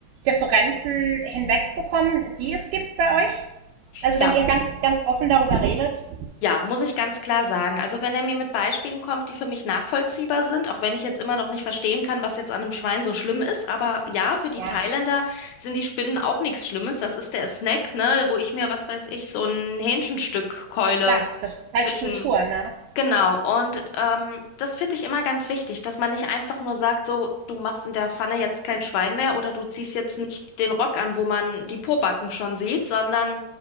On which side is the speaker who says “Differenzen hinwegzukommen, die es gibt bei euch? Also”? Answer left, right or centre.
Right